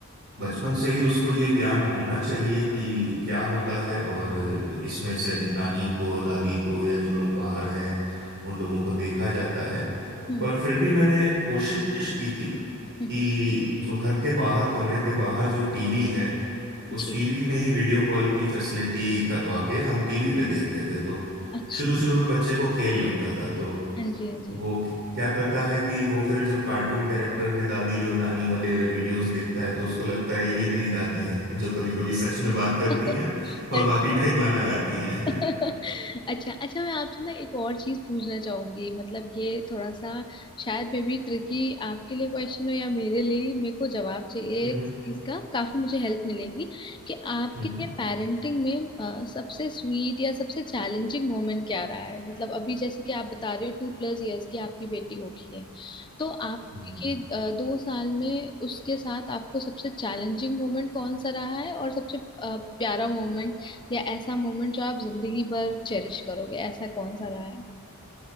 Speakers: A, on the right; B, on the left.
A: बचपन से ही उसको ये ज्ञान होना चाहिए कि क्या होता है और इसमें से नानी को दादी को या जो लोग बाहर हैं उन लोगों को देखा जाता है
B: हम्म
A: पर फिर भी मैंने कोशिश की थी
B: हम्म,
A: कि
B: हम्म,
A: जो घर के बाहर कमरे के बाहर जो टीवी है उस
B: जी
A: टीवी में ही वीडियो कॉल की फैसिलिटी करवा के हम टीवी पे देखते थे तो
B: अच्छा
A: शुरू शुरू में बच्चे को खेल लगता था तो
B: हाँ जी हाँ जी
A: वो क- क्या करता है कि वो फिर जब कार्टून कैरेक्टर में दादी और नानी वाले वीडियोस देखता है तो उसको लगता है यही मेरी दादी हैं जो कभी कभी सच में बात करती
B: <laughs>
A: हैं और
B: और
A: बाकी टाइम गाना गाती हैं
B: <laughs>
A: <laughs>
B: अच्छा अच्छा मैं आपसे ना एक और चीज पूछना चाहूंगी मतलब ये थोड़ा सा शायद मे बी ट्रिकी आपके लिए क्वेश्चन हो या मेरे लिए मेरे को जवाब चाहिए
A: हम्म
B: इस चीज का काफी मुझे हेल्प मिलेगी कि आपके
A: हम्म
B: लिए पेरेंटिंग में अ, सबसे स्वीट या सबसे चैलेंजिंग मोमेंट क्या रहा है मतलब अभी जैसे कि आप बता रहे हो टू प्लस इयर्स की आपकी बेटी होगी है तो आप
A: हम्म।
B: ये अ, दो साल में उसके साथ आपको सबसे चैलेंजिंग मोमेंट कौन सा रहा है और सबसे अ, प्यारा मोमेंट या ऐसा मोमेंट जो आप जिंदगी भर चेरिश करोगे ऐसा कौन सा रहा है